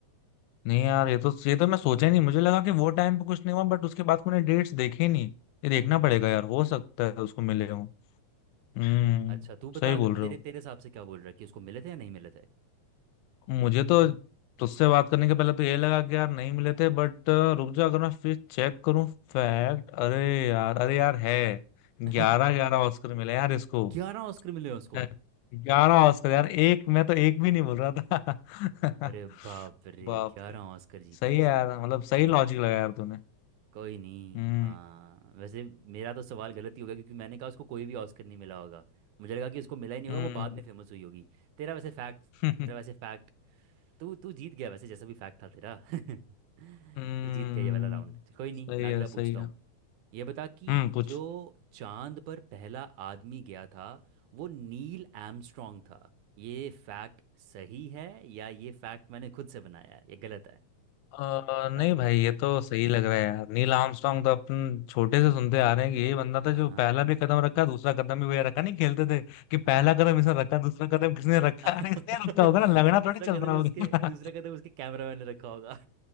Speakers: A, on the left; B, on the right.
A: नहीं यार ये तो ये तो मैं सोचा ही नहीं मुझे लगा कि वो टाइम पे कुछ नहीं हुआ बट उसके बाद मैंने डेट्स देखे ही नहीं ये देखना पड़ेगा यार हो सकता है उसको मिले हूँ हम्म
B: अच्छा तू बता
A: सही
B: अगर
A: बोल रहे
B: तेरे
A: हो
B: तेरे हिसाब से क्या बोल रहा है कि उसको मिले थे या नहीं मिले थे
A: मुझे तो तुझसे बात करने के पहले तो ये लगा कि यार नहीं मिले थे बट रुक जा अगर मैं फिर चेक करूँ फैक्ट अरे यार अरे यार है ग्यारह
B: <laughs>
A: ग्यारह ऑस्कर मिले यार इसको
B: ग्यारह ऑस्कर मिले हैं उसको
A: ग्यारह ऑस्कर यार एक मैं तो एक भी नहीं बोल रहा था
B: अरे
A: <laughs>
B: बाप रे
A: बाप
B: ग्यारह
A: रे
B: ऑस्कर जीते
A: सही
B: हैं उसने
A: है यार मतलब सही लॉजिक लगाया यार तूने
B: कोई नहीं
A: हम्म
B: हाँ वैसे मेरा तो सवाल गलत ही होगा क्योंकि मैंने कहा उसको कोई भी ऑस्कर नहीं मिला होगा मुझे लगा कि उसको मिला ही नहीं
A: हम्म
B: होगा वो बाद में फेमस हुई होगी तेरा वैसे फैक्ट
A: <laughs>
B: तेरा वैसे फैक्ट तू तू जीत गया वैसे जैसा भी फैक्ट था तेरा <laughs> तू
A: हम्म
B: जीत गया ये वाला राउंड चल, कोई नहीं
A: सही
B: मैं अगला
A: है
B: पूछता
A: सही है
B: हूँ ये बता कि
A: हम्म कुछ
B: जो चांद पर पहला आदमी गया था वो नील आर्मस्ट्रॉन्ग था ये फैक्ट सही है या ये फैक्ट मैंने खुद से बनाया है ये गलत है
A: अ,
B: बता
A: नहीं भाई ये तो सही लग रहा है यार नील आर्मस्ट्रांग तो अपन छोटे से सुनते आ रहे हैं कि यही बंदा था
B: हाँ
A: जो
B: हाँ
A: पहला भी कदम रखा दूसरा कदम भी वही रखा नहीं खेलते थे कि पहला
B: हाँ।
A: कदम इसने रखा दूसरा कदम किसने रखा
B: <laughs>
A: अरे इसने रखा होगा ना लगना
B: दूसरा
A: थोड़ी चल
B: कदम
A: रहा होगा
B: उसके दूसरा कदम उसके कैमरामैन ने रखा होगा